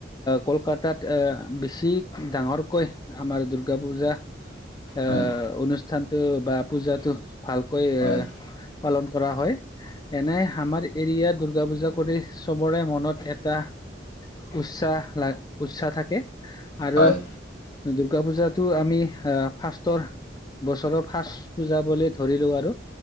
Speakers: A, on the left; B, on the left.
A: কলকাতাত এ বেছি ডাঙৰকৈ আমাৰ দুৰ্গা পূজা এ
B: হয়
A: অনুষ্ঠানতটো বা পূজাটো ভালকৈ
B: হয়
A: এ পালন কৰা হয় এনে আমাৰ এৰিয়া দুূৰ্গা পূজা কৰি চবৰে মনত এটা উৎসাহ ল উৎসাহ থাকে। আৰু
B: হয় হয়
A: দুৰ্গা পূজাটো আমি ফাৰ্ষ্ষ্টৰ বছৰৰ ফাৰ্ষ্ট পুজাবলে ধৰিলো আৰু